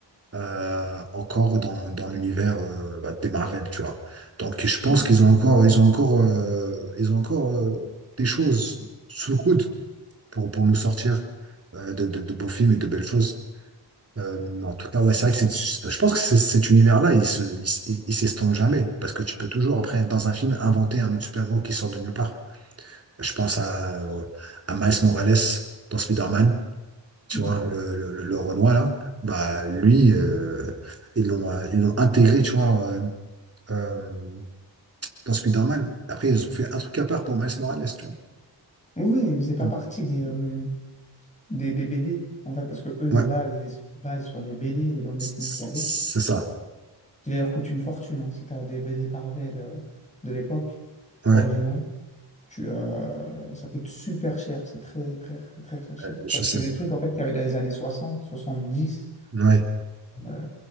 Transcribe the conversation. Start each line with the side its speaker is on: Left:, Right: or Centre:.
Right: euh, encore dans, dans l'univers euh, bah, des Marvel, tu vois. Donc, je pense
Left: Mm.
Right: qu'ils ont encore, ils ont encore, euh, ils ont encore euh, des choses sous le coude pour, pour nous sortir euh, de, de de beaux films et de belles choses. Euh, en tout cas, ouais, c'est vrai que c'est, je pense que c'est- cet univers-là, il se, il, s- il- il s'estompe jamais. Parce que tu peux toujours, après, dans un film, inventer un autre super-héros qui sort de nulle part. Je pense à, euh, à Miles Morales dans Spider-Man, tu
Left: Mm.
Right: vois, le, le, le, le Renoir, là. Bah, lui, euh, ils l'ont, euh, ils l'ont intégré, tu vois, euh, euh, dans Spider-Man. Après, ils ont fait un truc à part pour Miles Morales, tu vois.
Left: Oui, ils faisaient pas
Right: Mm.
Left: partie des, euh, des, des BD, en fait, parce que eux, de
Right: Ouais,
Left: base, ils se basent sur les BD, les bandes
Right: c-
Left: dessinées
Right: c-
Left: qu'il y avait.
Right: c'est ça.
Left: qui d'ailleurs coûte une fortune. hein. Si tu as des BD Marvel euh, de l'époque
Right: Ouais,
Left: originale, tu, euh, ça coûte super cher. C'est très, très, très recherché.
Right: Euh, je
Left: Parce
Right: sais.
Left: que c'est des trucs en fait, qu'il y avait dans les années 60, 70.
Right: Ouais,
Left: euh,